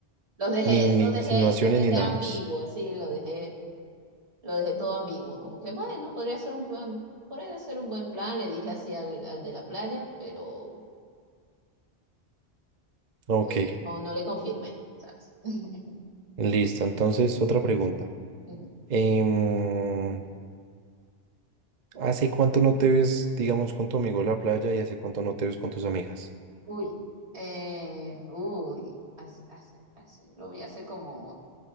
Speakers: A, on the right (about 85°); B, on the right (about 45°).
A: Los dejé,
B: Ni, ni
A: los
B: insinuaciones
A: dejé, los dejé
B: ni nada.
A: ambiguos, sí, lo dejé, lo dejé todo ambiguo. Como que bueno, podría ser un buen, podría ser un buen plan, le dije así al, al de la playa, pero
B: Ok.
A: eh, no, no le confirmé, ¿sabes? <laughs>
B: Listo. Entonces, otra pregunta.
A: Mm,
B: Em, ¿hace cuánto no te ves, digamos, con tu amigo en la playa y hace cuánto no te ves con tus amigas?
A: Uy, eh, uy, hace, hace- hace- lo vi hace como